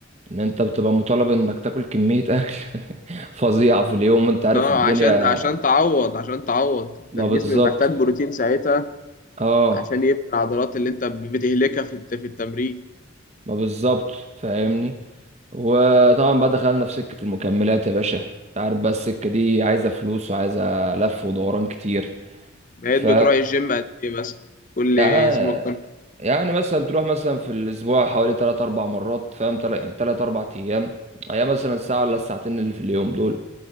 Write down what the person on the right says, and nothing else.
ان انت بتبقى مطالب انك تاكل كميه اكل <laughs> فظيعه في اليوم وانت عارف
الدنيا
ما
بالظبط
اه
ما بالظبط فاهمني وطبعا بقى دخلنا في سكة المكملات يا باشا انت عارف بقى السكة دي عايزة فلوس وعايزة لف ودوران كتير
ف
يع-
يعني مثلا تروح مثلا في الأسبوع حوالي تلات أربع مرات فاهم تل- يعني تلات أربع أيام أيام مثلا الساعة ولا الساعتين اللي في اليوم دول